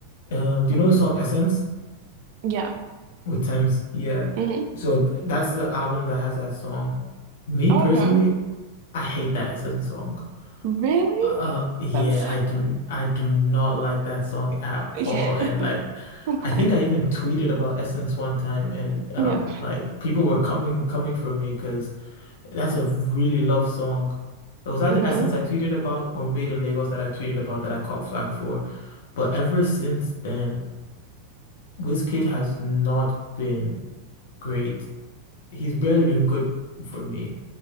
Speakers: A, on the left; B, on the right.
A: um, do
B: Okay.
A: you know the song Essence
B: Yeah.
A: with Thames? Yeah.
B: hmm
A: So th- that's the album that has that song. Me
B: Oh,
A: personally,
B: okay.
A: I hate that Essence song.
B: Really?
A: Uh, yeah,
B: That's
A: I do I do not like that song at
B: <laughs> yeah.
A: all. And like
B: <laughs> What?
A: I think I even tweeted about Essence one time and um
B: Yeah.
A: like people were coming coming for me because that's a really love song. It was either
B: Uh-huh.
A: Essence I tweeted about or Made in Lagos that I tweeted about that I caught flag for. But ever since then, Wizkid has not been great. He's barely been good for me.